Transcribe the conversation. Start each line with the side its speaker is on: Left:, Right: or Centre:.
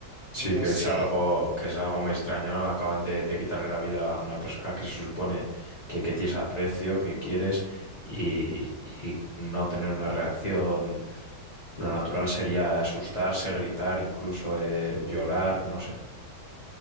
Left: sí,
Right: Y entonces,
Left: que es algo, que es algo muy extraño, ¿no? Acaban de, de quitarle la vida a una persona que se supone que, que tienes aprecio, que quieres, y, y no tener una reacción. Lo
Right: ujú.
Left: natural sería asustarse, gritar, incluso eh, llorar, no sé.